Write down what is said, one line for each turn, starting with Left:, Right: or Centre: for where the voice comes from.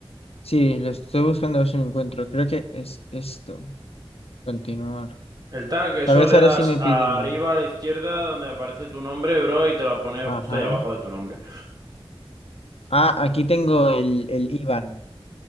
Left: Sí, lo estoy buscando a ver si lo encuentro. Creo que es esto. Continuar.
Right: El tag, eso
Left: Tal vez
Right: le
Left: ahora
Right: das
Left: sí me
Right: arriba
Left: piden.
Right: a la izquierda donde aparece tu nombre, bro, y te lo pone
Left: Ajá.
Right: justo ahí abajo de tu nombre.
Left: Ah, aquí tengo el, el IBAN.